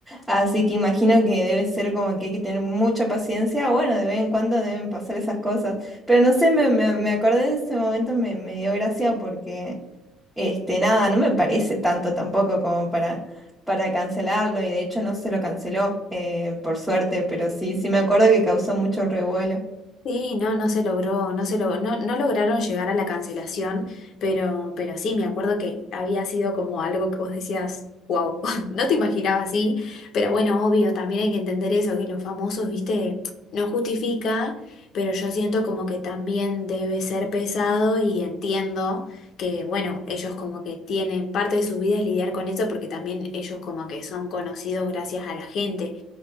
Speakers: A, in the centre; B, on the left (about 60°).
A: Así que imagino que debe ser como que hay que tener mucha paciencia. Bueno, de vez en cuando deben pasar esas cosas. Pero no sé, me, me, me acordé de ese momento, me, me dio gracia porque este, nada, no me parece tanto tampoco como para, para cancelarlo y de hecho no se lo canceló, eh, por suerte, pero sí, sí me acuerdo que causó mucho revuelo.
B: Sí, no, no se logró, no se logró, no, no lograron llegar a la cancelación, pero, pero sí, me acuerdo que había sido como algo que vos decías, wow, <laughs> no te imaginabas, así, pero bueno, obvio, también hay que entender eso, que los famosos, viste, no justifica, pero yo siento como que también debe ser pesado y entiendo que, bueno, ellos como que tienen parte de su vida es lidiar con eso, porque también ellos como que son conocidos gracias a la gente,